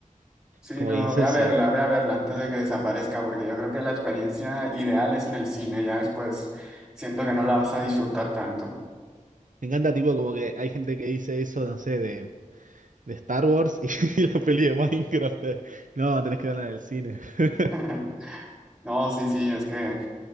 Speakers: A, in the centre; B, on the right.
A: Sí,
B: como
A: no,
B: que disocio.
A: ve a verla, ve a verla antes de que desaparezca, porque yo creo que la experiencia ideal es en el cine, ya después siento que no la vas a disfrutar tanto.
B: Me encanta tipo como que hay gente que dice eso, no sé, de, de Star Wars y, <laughs> la peli de Minecraft. eh. No, tenés que verla en el cine. <laughs>
A: <laughs> No, sí, sí, es que